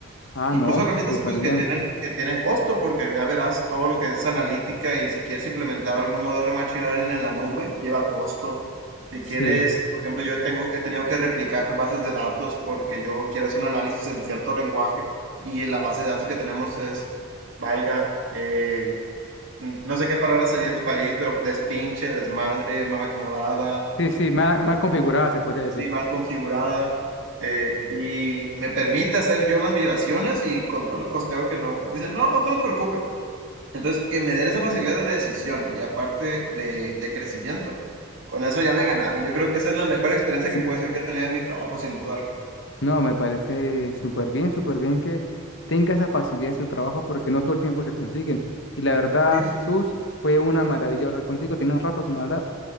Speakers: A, on the left; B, on the right.
A: ah,
B: Incluso
A: no,
B: herramientas
A: súper
B: pues
A: bien.
B: que tienen, que tienen costo, porque ya verás todo lo que es analítica y si quieres implementar algún modelo de machine learning en la nube, lleva costo. Si
A: Sí,
B: quieres, por ejemplo, yo tengo, he tenido que replicar bases de datos porque yo quiero hacer un análisis en cierto lenguaje y la base de datos que tenemos es, valga, eh, no sé qué palabra sería en tu país, pero despinche, desmadre, mal acomodada,
A: sí, sí, mal, mal configurada, se podría decir.
B: sí, mal configurada, eh, y me permite hacer yo las migraciones y con todo el costeo que no, dicen, no, tú no te preocupes. Entonces, que me den esa facilidad de decisión y aparte de, de crecimiento, con eso ya me ganaron. Yo creo que esa es la mejor experiencia
A: Sí.
B: que puedo decir que he tenido en mi trabajo, sin duda alguna.
A: No, me parece súper bien, súper bien que tenga esa facilidad en su trabajo porque no todo el tiempo se consiguen. Y la verdad,
B: Sí, sí.
A: Jesús, fue una maravilla hablar contigo. Tienes un rato sin hablar.